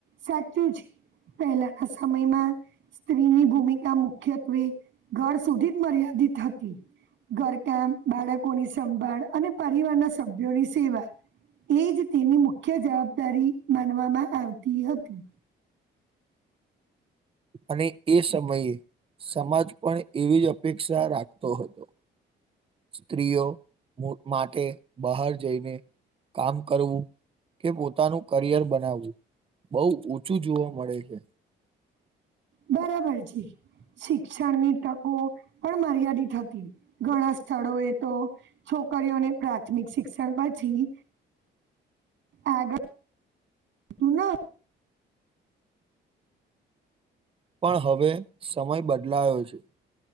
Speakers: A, on the right; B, on the right.
A: સાચું છે પેહેલાના સમયમાં. સ્ત્રીની ભૂમિકા મુખ્યત્વે ઘર સુધી જ મર્યાદિત હતી. ઘરકામ બાળકોની સંભાળ અને પરિવારના સભ્યોની સેવા. એ જ તેની મુખ્ય જવાબદારી માનવામાં આવતી હતી.
B: અને એ સમયે સમાજ પણ એવી જ અપેક્ષા રાખતો હતો. સ્ત્રીઓ મો માટે બહાર જઈને. કામ કરવું કે પોતાનું કરિયર બનાવું. બઉ ઊંચું જોવા મળે છે.
A: બરાબર જી શિક્ષણની તકો પણ મર્યાદિત હતી, ઘણા સ્થળો એ તો. છોકરીઓને પ્રાથમિક શિક્ષણ પછી આગળ તું ના.
B: પણ હવે સમય બદલાયો છે.